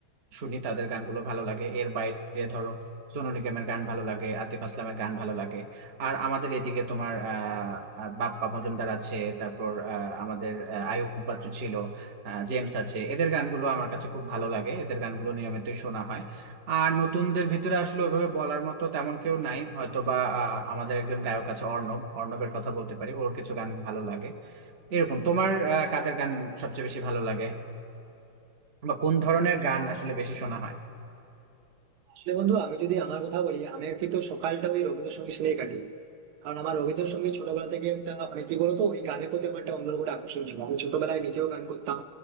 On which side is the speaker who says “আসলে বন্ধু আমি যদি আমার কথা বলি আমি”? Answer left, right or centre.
Right